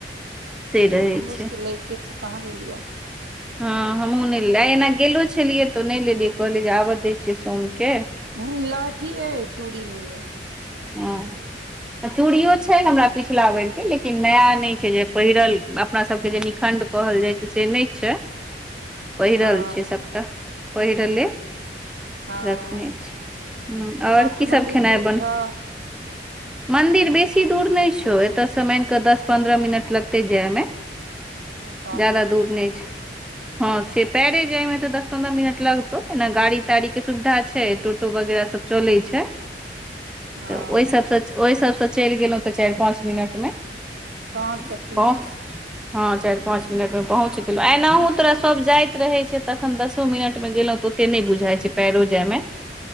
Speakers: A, in the centre; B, on the right (about 80°).
A: से रहै
B: हमरो
A: छै
B: सबके लैइके छैय कहलियै या,
A: हँ हमहूँ नहि लेल आ ऐना गेलो छलियै तऽ नहि लेलियै कहलियै जे आबैय दैय छियै सोमके,
B: हम लहठी ये चूडी नहि या,
A: हँ चूड़ियो छैय हमरा पिछला बेर के, लेकिन नया नहि छैय जे पहिरल अपना सबके जे निखण्ड कहल जाय छैय से नहि छैय। पहिरल
B: हँ
A: छैय सबटा पहिरले,
B: हँ
A: रखने छी आओर
B: तोरा सबके
A: की
B: मंदिर
A: सब खेनाय
B: दूर
A: बन
B: छौ
A: मंदिर बेसी दूर नहि छौ ऐतय से मानि के दस पन्द्रह मिनट लगतै जाय मे,
B: तहन
A: ज्याद
B: तऽ
A: दूर
B: छौ
A: नहि छैय। हँ से पैरे जाय में तऽ दस पन्द्रह मिनट लगतउ ऐना गाड़ी ताड़ी के सुविधा छैय टोटो वगैरह सब चलैय छैय।
B: हँ
A: तऽ ओहि सभ स ओहि सभ स चलि गेलहुँ तऽ चारि पाँच मिनट मे
B: तहन
A: <unintelligible>
B: तऽ ठीक
A: हाँ
B: छौ
A: चारि पाँच मिनटमे पहुँच गेलहुँ ऐनाहु तोरा सभ जाइत रहैत छैय तखन दसो मिनटमे गेलहुँ तऽ, ते नहि बुझााय छैय पैरो जाइय, मे